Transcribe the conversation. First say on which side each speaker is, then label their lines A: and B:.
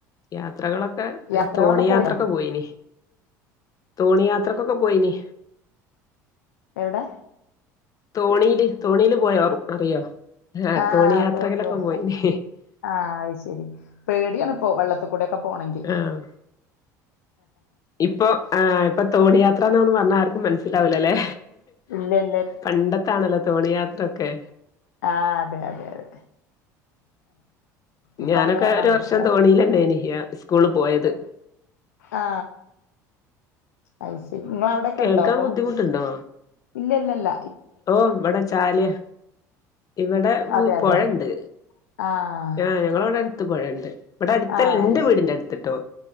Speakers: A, on the left; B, on the left.
A: യാത്രകളൊക്കെ
B: യാത്രകളൊക്കെ
A: തോണി യാത്രൊക്കെ
B: പോയോ
A: പോയിന് തോണി യാത്രക്കൊക്കെ പോയിനി
B: എവിടെ
A: തോണിയില് തോണിയില് പോയാറും അറിയോ ആഹ
B: ആ
A: യാത്രകളൊക്കെ
B: തോണി തോണി
A: പോയിന്
B: ആ അത് ശരി പേടിയാണ് ഇപ്പോ വെള്ളത്തിൽ കൂടെൊക്കെ പോണെങ്കിൽ
A: ആഹ ഇപ്പൊ ആ ഇപ്പൊ തോണിയയാത്രന്ന് പറഞ്ഞാ ആർക്കും മനസ്സിലാവൂലല്ലേ
B: ഇല്ല ഇല്ല
A: പണ്ടത്താണല്ലോ തോണിയയാത്രൊക്കെ
B: ആ അതെ അതെ അതെ ഇപ്പ
A: ഞാനൊക്കെ
B: അങ്ങനെ പറഞ്ഞാ
A: ഒരു
B: മനസ്സിലാവും
A: വർഷം തോണീലന്നെ എനി സ്കൂള് പോയത്
B: ആ അ ശരി നിങ്ങള അവിടെൊക്കെ
A: കേൾക്കാൻ
B: ഉണ്ടോ അപ്പൊ
A: ബുദ്ധിമുട്ടുണ്ടോ
B: ഇല്ല ഇല്ലല്ല
A: ഓ വട ചാലയാ ഇവിടെ
B: അതെ അതെ
A: പുഴണ്ട്
B: അതെ ആഹ്
A: ആ് ഞങ്ങളവിടെ അടുത്ത് പുഴണ്ട് ഇവിടെ അടുത്തല്ല
B: ആഹ്
A: എന്റെ
B: അത്
A: വീടിന്റെ
B: ശരി
A: അടുത്ത്ട്ടോ